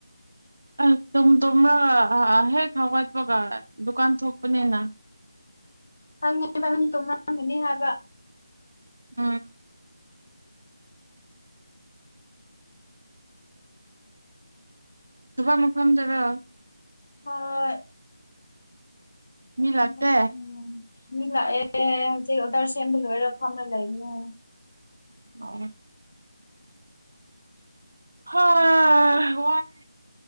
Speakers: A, on the right; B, on the left.
A: ꯑ ꯇꯨꯝ ꯇꯨꯝꯂꯒ ꯍ ꯍꯦꯛ ꯍꯧꯒꯠꯄꯒ ꯗꯨꯀꯥꯟ ꯊꯣꯛꯄꯅꯤꯅ
B: ꯍꯪꯉꯦꯕ ꯅꯪ ꯇꯨꯝꯔꯝꯒꯅꯤ ꯍꯥꯏꯕ
A: ꯎꯝ ꯊꯕꯛ ꯃꯐꯝꯗꯔꯣ
B: ꯍꯣꯏ
A: ꯃꯤ
B: <unintelligible>
A: ꯂꯥꯛꯇꯦ
B: ꯃꯤ ꯂꯥꯛꯑꯦ ꯍꯧꯖꯤꯛ ꯑꯣꯗꯥꯔ ꯁꯦꯝꯕ ꯂꯣꯏꯔ ꯐꯝꯔ ꯂꯩꯒꯅꯣ
A: <unintelligible> ꯍꯥ ꯋꯥꯏ